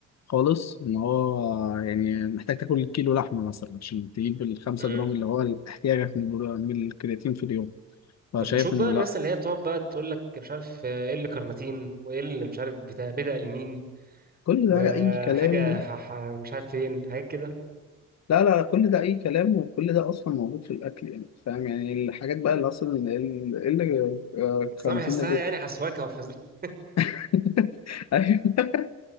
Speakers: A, on the left; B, on the right.
A: خالص ان هو يعني محتاج تاكل كيلو لحمه مثلا عشان تجيب الخمسة
B: امم
A: جرام اللي هو احتياجك من البرو- من الكرياتين في اليوم فشايف
B: طب بشوف بقى
A: ان
B: الناس
A: لا
B: اللي هي بتقعد بقى تقول لك مش عارف ايه اللي كارناتين وايه اللي مش عارف بتاع بيتا ألينين
A: كل
B: وحاجه
A: ده اي كلام
B: ح... ح... مش عارف فين حاجات كده
A: لا لا كل ده أي كلام وكل ده أصلا موجود في الأكل يعني فاهم يعني الحاجات بقى اللي أصلا اللي, اللي آه، الكارانتين
B: بس انا بحسها
A: ده بيتك
B: يعني حسواكه وفز <laughs>
A: <laughs> أيوه